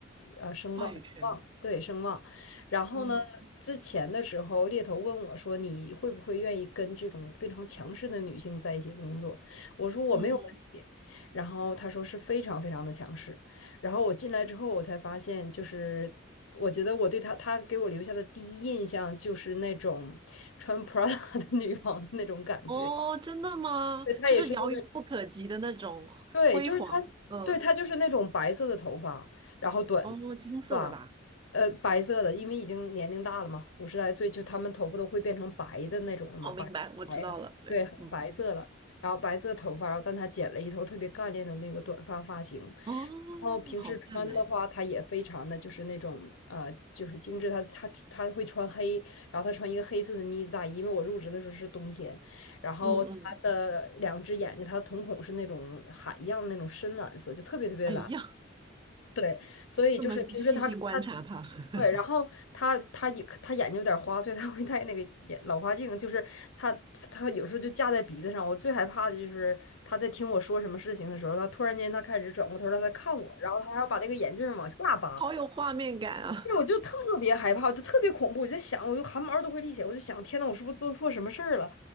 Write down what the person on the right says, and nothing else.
话语权，
嗯
嗯嗯，
哦，真的吗？
就是遥遥不可及的那种辉煌，
嗯，
哦，金色的吧？
哦，
明白，我知道了，对，
嗯，
哦，
好看呢，
嗯嗯，
哎呀，
这么细心观察它，<laughs>
好有画面感啊，